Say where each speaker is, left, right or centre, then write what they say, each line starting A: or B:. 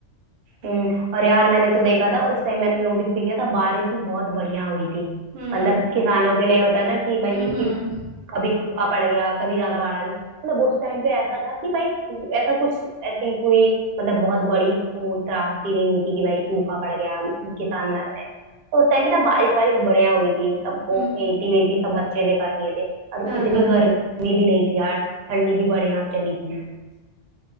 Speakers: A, on the right; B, on the right.
A: हम्म और यार मैंने तो देखा था उस टाइम मैंने नोटिस भी किया था बारिश भी बहुत बढ़िया हुई थी
B: हम्म
A: मतलब किसानों के लिए होता है ना कि भाई
B: हम्म हम्म
A: कि कभी सूखा पड़ गया कभी ज्यादा बाढ़ आ गई मतलब उस टाइम पे ऐसा था कि भाई ऐसा कुछ ऐसी कोई मतलब बहुत बड़ी वो त्रासदी नहीं हुई थी कि भाई सूखा पड़ गया किसान मर रहे हैं तो उस टाइम पे ना बारिश वारिश बढ़िया हुई थी सब वो
B: हम्म,
A: खेती वेती सब अच्छे से कर लिए थे और
B: हाँ
A: इतनी
B: हाँ
A: गर्मी भी नहीं थी यार ठंडी भी बढ़िया चली थी